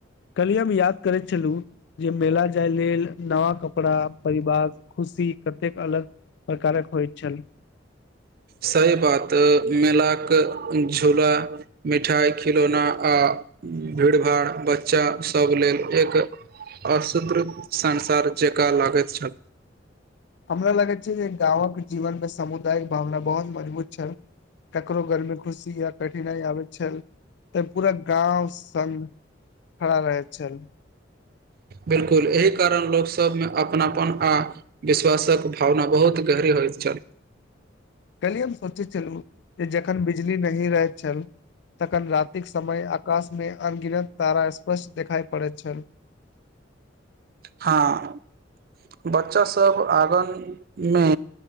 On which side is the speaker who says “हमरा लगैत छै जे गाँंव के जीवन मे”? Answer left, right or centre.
Left